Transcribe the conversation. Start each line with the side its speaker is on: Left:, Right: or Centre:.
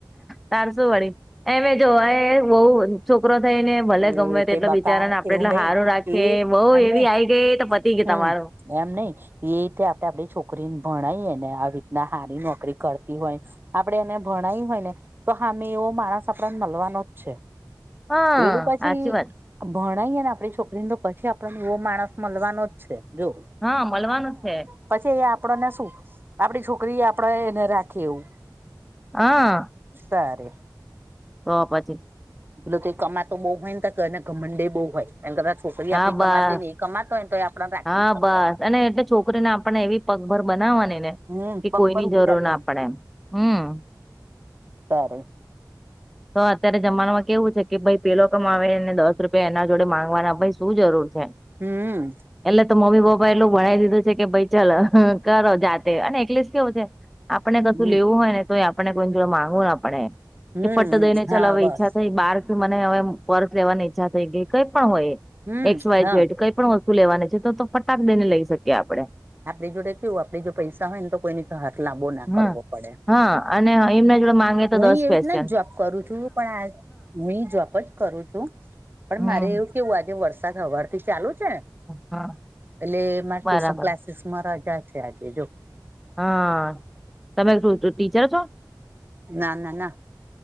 Centre: ચારસો વાળી એમે જો એ બહુ છોકરો થઈને. ભલે
Right: એ
Centre: ગમે
Right: તે
Centre: એટલે
Right: બકા
Centre: બિચારા ને આપડે
Right: એવું
Centre: એટલે
Right: નઈ
Centre: હ સારું રાખીએ
Right: એ
Centre: બહુ
Right: એમ
Centre: એવી
Right: નઈ
Centre: આવી ગઈ તો પતી ગયુ
Right: હમ
Centre: તમારું.
Right: એમ નઈ એ રીતે આપડણે આપડી છોકરીને ભણાયએ ને આવી રીતના હારી નોકરી કરતી હોય. આપણે એને ભણાય હોય ને તો હામે એવો માણસ આપણને મળવાનો છે.
Centre: હા
Right: પેલું પછી.
Centre: સાચી વાત
Right: ભણાઇયેને આપણી છોકરી ને તો પછી આપણ જેવો માણસ મળવાનો છે જોવ.
Centre: હા મલવાનો છે.
Right: પછી એ આપણને શું આપડી છોકરી આપણે એને રાખી એવું.
Centre: હા.
Right: સારી.
Centre: તો પછી.
Right: એટલે કે કમા તો બહુ હોય ને ઘમંડે બહુ હોય એમ છોકરી
Centre: હા
Right: આપડી
Centre: બસ
Right: કમાતી નહી કમાતો હોયને તો એ આપડ રાખી
Centre: હા બસ અને એટલે છોકરીને આપણને એવી પગભર બનાવવાની ને
Right: હમ
Centre: કે
Right: પગ
Centre: કોઈની
Right: પર ઉભી
Centre: જરૂર
Right: રાખવાની
Centre: ના પડે એમ હમ
Right: સારું
Centre: તો અત્યારે જમાનામાં કેવું છે કે ભાઈ પેલો કમા આવેને દસ રૂપિયા એના જોડે માંગવાના ભાઈ શું જરૂર છે
Right: હમ
Centre: એટલે તો મમ્મી પપ્પા એટલું ભણી દીધું છે કે ભાઈ ચાલ કરો જાતે અને એકલીસ કેવું છે આપણે કશું
Right: હમ
Centre: લેવું હોય ને તો આપણે કોઈને જોડ માંગવું ને આપડે
Right: હમ
Centre: કે ફટ દેને
Right: હા
Centre: ચલાવે
Right: બસ
Centre: ઈચ્છા થઈ બહાર મને હવે પર્સ લેવાની ઈચ્છા થઈ ગઈ કઈ પણ હોય
Right: હમ
Centre: એક્સ વાય
Right: હા
Centre: જેડ કઈ પણ વસ્તુ લેવાની છે તો ફટાક દઈને લઈ શકીએ આપડણે
Right: આપણી જોડે કેવું આપે જો પૈસા હોય ને તો કોઈ હા લંબો ના કરવો
Centre: હા
Right: પડે
Centre: હા અને એમના જોડે માંગે તો
Right: હું
Centre: દસ
Right: એવી
Centre: પસન
Right: રીતના જ જોબ કરું છું પણ આ હું જો આપ જ કરું છું પણ
Centre: હમ
Right: મારે એવું કેવું આજે વરસાદ હવાર થી ચાલુ જ
Centre: હા
Right: એટલે મારે ટ્યુશન
Centre: બરાબર
Right: ક્લાસીસમાં રજા છે આજે જો
Centre: હા તમે ટીચર છો
Right: ના ના ના